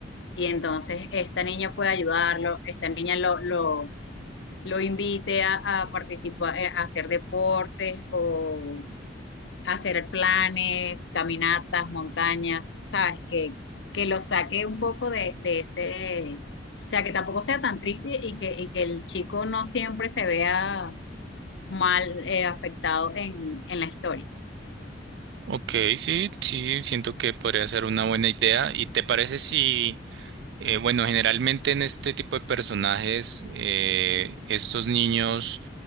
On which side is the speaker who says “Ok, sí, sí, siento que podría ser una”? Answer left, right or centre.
Right